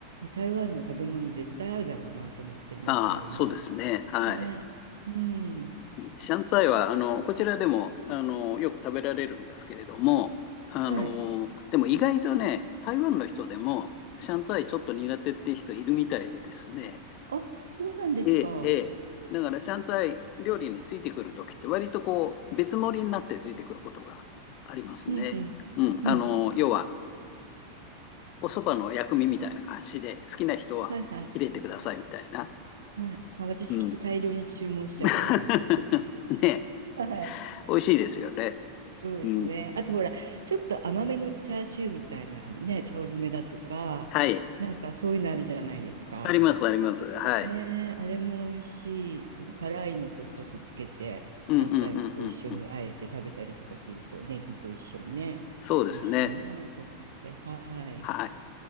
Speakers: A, on the right; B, on the left.
A: 台湾の食べ物絶対合うだろうなと思ってるんですけれども。
B: ああ、そうですね。はい。
A: ね。うん。
B: シャンツァイは、あの、こちらでも、あの、よく食べられるんですけれども、あの、
A: はい。
B: でも意外とね、台湾の人でも、シャンツァイちょっと苦手っていう人いるみたいでですね、
A: あ、そうなんですか。
B: ええ、ええ。だから、シャンツァイ料理についてくるときって、割とこう、別盛りになってついてくることがありますね。
A: うんうん。
B: うん、
A: うん。
B: あの、要は、お蕎麦の薬味みたいな感じで、好きな人は入れてくださいみたいな。
A: はいはい。はい。あ、私きっと大量に注文しちゃうと思います、
B: うん。<laughs>
A: トッピン
B: ね、
A: グ。はい。
B: 美味しいですよね。
A: そうですね。
B: うん。
A: あとほら、ちょっと甘めのチャーシューみたいなね、腸詰めだとか、
B: はい。
A: なんかそういうのあるじゃないですか。
B: あります、あります。はい。
A: ねえ、あれも美味しい。その辛いのとちょっとつけて、
B: うんうんうんうん。
A: シャンツァイと一緒にあえて食べたりとかすると、ネギと一緒にね、
B: そうですね。
A: 美味しいなと思って。はい。
B: はい。